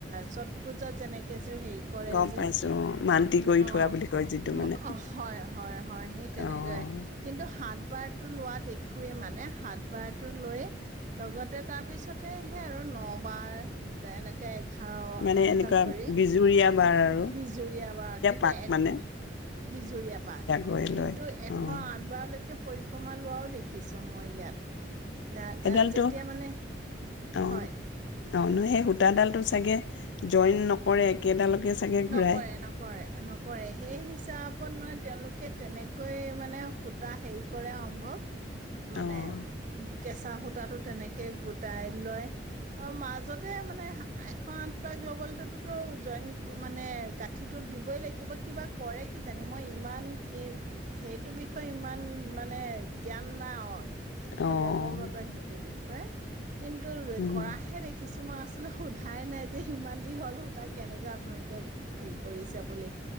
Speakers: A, on the right; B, on the left.
A: চট পূজাত যেনেকে যে হেৰি কৰে
B: গম
A: যে,
B: পাইছো অ', মান্তি কৰি
A: অ',
B: থোৱা বুলি কয় যিটো মানে
A: ম, হয়-হয়-হয় সেইতেনেকৈ।
B: অ',
A: কিন্তো হা বাৰ টো লোৱা দেখোৱেই মানে সাঁত বাৰ টো লৈ লগতে তাৰপিছত তে হে আৰু নবাৰ এনেকে, এঘাৰ,
B: মানে
A: এনেকুৱা কৰি
B: বিজুৰীয়া বাৰ আৰু
A: বিজুৰীয়া বাৰত কিন্তু
B: পাক
A: এক
B: মানে
A: বিজুৰীয়া পাৰ
B: গৈ লয়
A: কিন্তু এশ
B: অ',
A: আঠ বাৰলৈকে পৰিক্ৰমা লোৱাও দেখিছোঁ মই ইয়াত দা
B: সেইডালটো
A: দা যেতিয়া মানে
B: অ',
A: হয়।
B: অ' সেই সূতাডালটো চাগে জইন নকৰে। কেইডালকে চাগে ঘূৰাই।
A: নকৰে, নকৰে, নকৰে সেই হিচাপত মানে তেওঁলোকে তেনেকৈ মানে সূতা হেৰি কৰে সম্ভৱ। মানে
B: অ'।
A: ইনকেচ চাহ সূতাটো তেনেকে গোটাই লয় অ মাজতে মানে এশ আঠ প গ <unintelligible> 'লবৈল জইন মানে গাঁঠিটো দিবই লাগিব কিবা কৰে কি জানি মই ইমান সেইটো বিষয়ে ইমান মানে জ্ঞান নাই অ'
B: অ',
A: অলপ অৱগত সেইটো বিষ হয়। কিন্তু
B: উম,
A: কৰাহে দেখিছো। কি মই আচলতে সোধাই নাই যে সিমান দীঘল সূতা কেনেকুৱা আপোনলোকে হেৰি কৰিছে বুলি